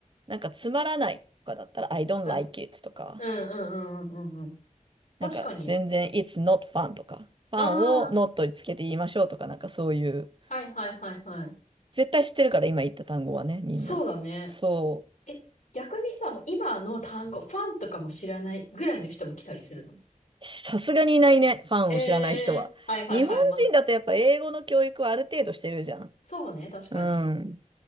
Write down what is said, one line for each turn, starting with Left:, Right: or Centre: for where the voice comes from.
Right: なんかつまらないとかだったら、I don't
Left: うん、
Right: like it とか、
Left: うんうんうんうんうんうん。確かに。
Right: なんか全然 It's not fun とか、ファンを
Left: ああ、
Right: not につけて言いましょうとか、なんかそういう、
Left: はいはいはいはい。
Right: 絶対知ってるから今言った単語はね、みんな。
Left: そうだね。
Right: そう。
Left: え、逆にさ、もう今の単語、ファンとかも知らないぐらいの人も来たりするの
Right: さすがにいないね。ファンを知らない人は。
Left: ええはいはいはい。
Right: 日本人だとやっぱ英語の教育はある程度してるじゃん。
Left: まあ、そうね、確かに。
Right: うん。